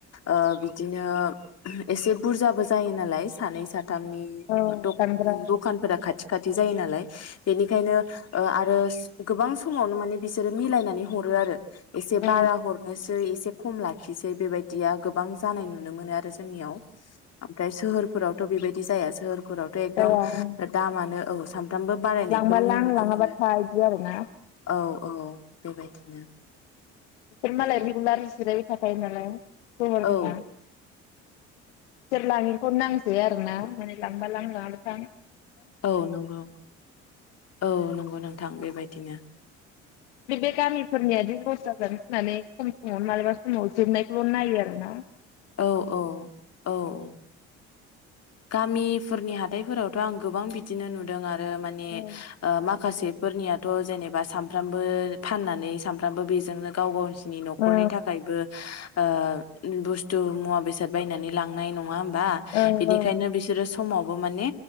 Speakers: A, on the left (about 50°); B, on the left (about 85°).
A: ओ बिदिनो एसे बुरजाबो जायो नालाय सानै साथामनि
B: औ दामग्रा
A: द- दखानफोरा खाथि खाथि जायो नालाय बेनिखायनो ओ आरो गोबां समावनो माने बिसोरो मिलायनानै हरो आरो एसे
B: औ
A: बारा हरनोसै एसे खम लाखिसै बेबाय दिया गोबां जानाय नुनो मोनो आरो जोंनियाव ओमफ्राय सोहोरफोराव थ बेबायदि जाया सोहोर फोरावथ एकदम
B: औ औ
A: दामानो औ सा फ्रामबो बारायनायखौनो
B: लांबा लां
A: नुनो
B: लाङाबा
A: मोनो
B: था इदि आरोना
A: औ औ बेबायदिनो
B: बेफोर मालाय रिगुलार जिरायबाय थाखायो नालाय। <unintelligible>
A: औ
B: सोरलाङिखौनो नांजाया आरो ना माने लांबालां लांङाबा था।
A: औ नंगौ औ नंगौ नोंथां बेबायदिनो।
B: बे गामिफोरनियादि लस जागोन गिनानै खम समावनो मालाबा समाव जोबनायखौल नायो आरो ना।
A: औ औ औ। गामिफोरनि हाथाइफोरावथ आं गोबां बिदिनो नुदों आरो ओ माने
B: औ
A: ओ माखासे फोरनियाथ जेनेबा सानफ्रामबो फाननानै सानफ्रामबो बेजोंनो गाव गावनि नि नखरनि
B: औ
A: थाखायबो ओ बुस्थु मुवा बेसाद बायनानै लांनाय नङा होनबा
B: औ
A: बा। बेनिखायनो बिसोरो समावबो माने